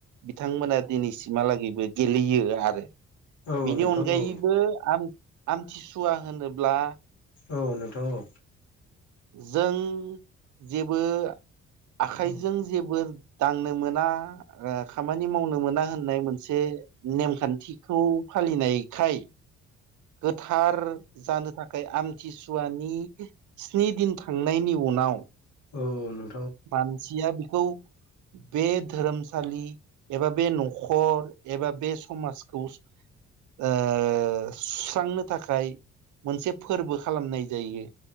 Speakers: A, on the right (about 70°); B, on the left (about 70°).
A: बिथांमोना दिनैसिमहालागैबो गेलेयो आरो
B: औ
A: बिनि
B: नोंथां
A: अनगायैबो
B: औ
A: आम आमथिसुवा होनोब्ला
B: औ नोंथां औ
A: जों जेबो आखाइजों
B: औ
A: जेबो दांनो मोना ओ खामानि मावनो मोना होननाय मोनसे नेमखान्थिखौ फालिनायखाय गोथार जानो थाखाय आमथिसुवानि स्नि दिन थांनायनि उनाव नाव।
B: औ औ नं
A: मानसिया बेखौ बे धोरोमसालि एबा बे न'खर एबा बे समाजखौ ओ सुस्रांनो थाखाय मोनसे फोरबो खालामनाय जायो।